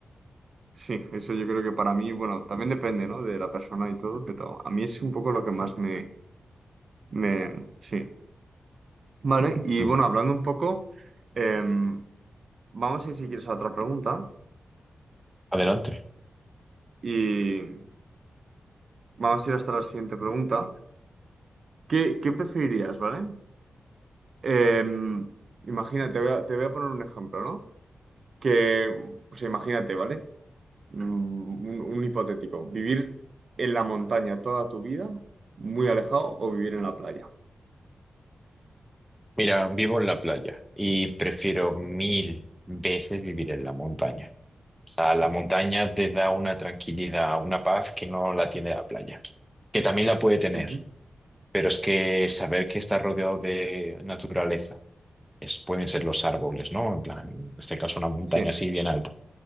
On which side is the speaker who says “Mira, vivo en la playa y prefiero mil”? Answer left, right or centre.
Centre